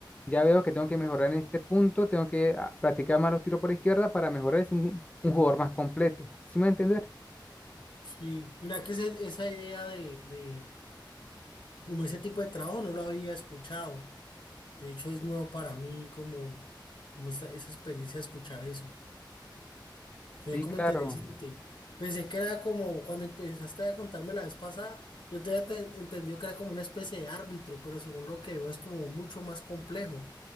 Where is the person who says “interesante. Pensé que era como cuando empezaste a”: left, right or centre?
Left